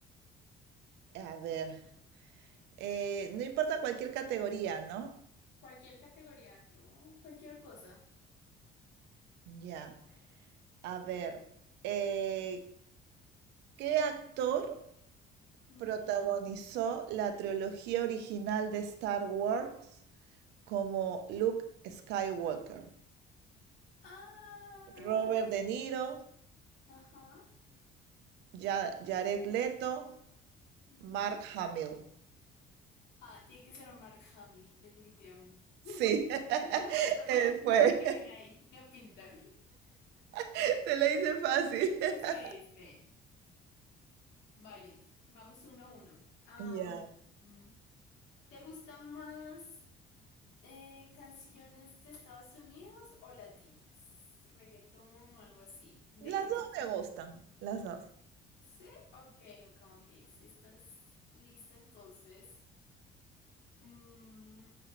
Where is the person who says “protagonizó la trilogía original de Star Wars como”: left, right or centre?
Right